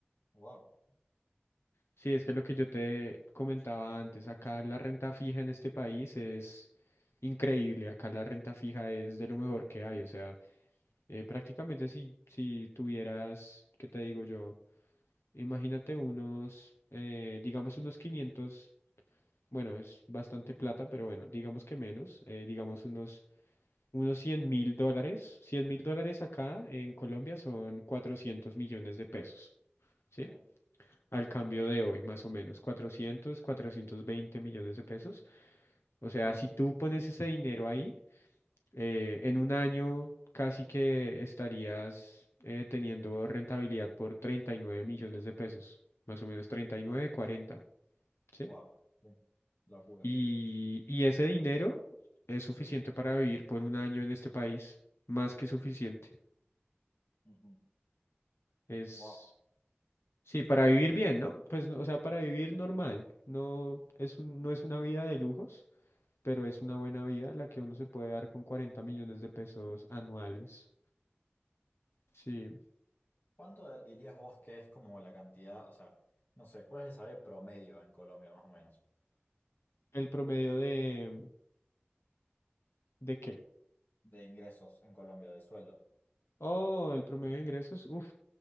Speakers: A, on the left (about 55°); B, on the left (about 85°).
A: wow,
B: Sí, es que lo que yo te comentaba antes, acá la renta fija en este país es increíble, acá la renta fija es de lo mejor que hay, o sea, eh, prácticamente si, si tuvieras, ¿qué te digo yo? Imagínate unos, eh, digamos unos quinientos Bueno, es bastante plata, pero bueno, digamos que menos, eh, digamos unos, unos cien mil dólares. cien mil dólares acá en Colombia son 400 millones de pesos, ¿sí?
A: sí,
B: Al cambio de hoy, más o menos, cuatrocientos cuatrocientos veinte millones de pesos. O sea, si tú pones ese dinero ahí, eh, en un año casi que estarías eh, teniendo rentabilidad por 39 millones de pesos, más o menos 39 40, ¿sí?
A: wow, sí, locura.
B: Y, y ese dinero es suficiente para vivir por un año en este país, más que suficiente.
A: Ujú.
B: Es,
A: Wow.
B: sí, para vivir bien, ¿no? Pues, o sea, para vivir normal. No es un- no es una vida de lujos, pero es una buena vida la que uno se puede dar con 40 millones de pesos anuales. Sí.
A: ¿Cuánto dirías vos que es como la cantidad, o sea, no sé, cuál es el salario promedio en Colombia más o menos,
B: El promedio de, ¿de qué?
A: de ingresos en Colombia, de sueldo?
B: Oh, el promedio de ingresos. Uf,